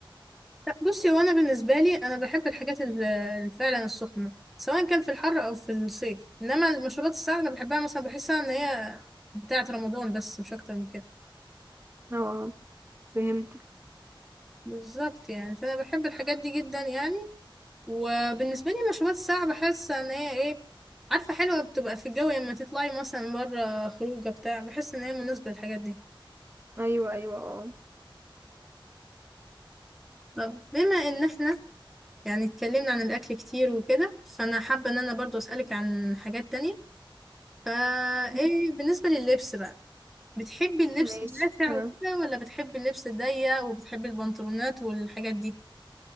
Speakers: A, in the centre; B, on the right (about 25°).
A: لا بصي وانا بالنسبه لي انا بحب الحاجات ال- ال- فعلا السخنه سواء كان في الحر او في الصيف انما المشروبات الساقعه انا بحبها مثلا بحسها ان هي بتاعه رمضان بس مش اكتر من كده
B: اه فهمت
A: بالظبط يعني فانا بحب الحاجات دي جدا يعني وبالنسبه لي المشروبات الساقعه بحس ان هي ايه عارفه حلوه بتبقى في الجو لما تطلعي مثلا بره خروجه بتاع بحس ان هي مناسبه للحاجات دي
B: ايوه ايوه اه
A: طب بما ان احنا يعني اتكلمنا عن الاكل كتير وكده فانا حابه ان انا برضو اسالك عن حاجات تانية فا
B: مم.
A: ايه بالنسبة لللبس بقى بتحبي اللبس
B: ماشي
A: الواسع
B: آه.
A: وكده ولا بتحبي اللبس الضيق وبتحبي البنطلونات والحاجات دي